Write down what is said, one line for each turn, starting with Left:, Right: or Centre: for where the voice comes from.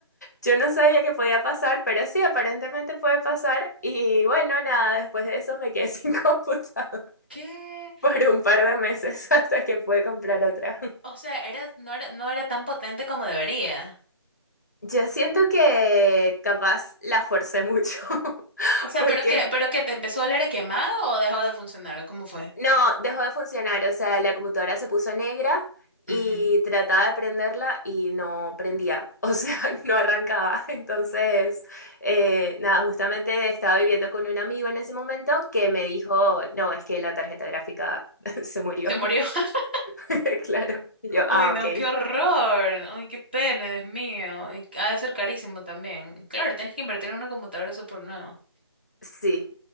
Left: Yo no sabía que podía pasar, pero sí, aparentemente puede pasar. Y bueno, nada, después de eso me quedé sin <laughs> computadora
Right: ¿Qué?
Left: por un par de meses <laughs> hasta que pude comprar otra.
Right: O sea, era, no era, no era tan potente como debería.
Left: Yo siento que capaz la forcé mucho, <laughs>
Right: O sea,
Left: porque
Right: pero que, pero que te empezó a oler a quemado o dejó de funcionar, ¿o cómo fue?
Left: no, dejó de funcionar, o sea, la computadora se puso negra y
Right: Ujú.
Left: trataba de prenderla y no prendía, o sea, <laughs> no arrancaba. Entonces, eh, nada, justamente estaba viviendo con un amigo en ese momento que me dijo, no, es que la tarjeta gráfica <laughs> se murió,
Right: Se murió. <laughs>
Left: <laughs> claro. Y yo, ah,
Right: Uy, no,
Left: ok.
Right: qué horror. Uy, qué pena, Dios mío. Y ha de ser carísimo también. Claro, tienes que invertir en una computadora súper nueva,
Left: Sí,